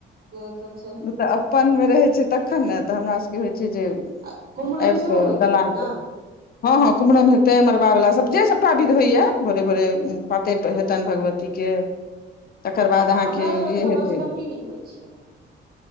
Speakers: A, on the right (about 50°); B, on the left (about 50°).
A: <unintelligible> छै
B: ओ तऽ अपन मे रहै छै तखन ने तऽ हमरा सबके होइ छै जे आईरो
A: आ कुम्हरन सेहो
B: प
A: होइत
B: दालान
A: हैत ने
B: पर हँ हँ कुम्हरम हेतै मड़बा वला जे सभटा विध होइया भोरे भोरे पातरि हेतनि भगवती के तकर बाद अहाँके
A: हमरा सबके
B: ई हेतै
A: बसकट्टी नहि होइ छै